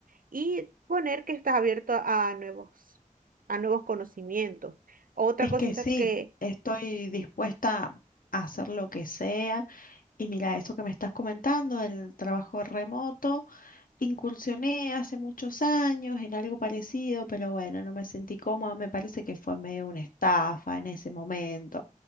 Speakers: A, on the right; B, on the left.
A: y poner que estás abierto a nuevos, a nuevos conocimientos. Otra
B: es
A: cosita
B: que sí,
A: que,
B: estoy dispuesta a hacer lo que sea. Y mira, eso que me estás comentando, el trabajo remoto, incursioné hace muchos años en algo parecido, pero bueno, no me sentí cómoda, me parece que fue medio una estafa en ese momento.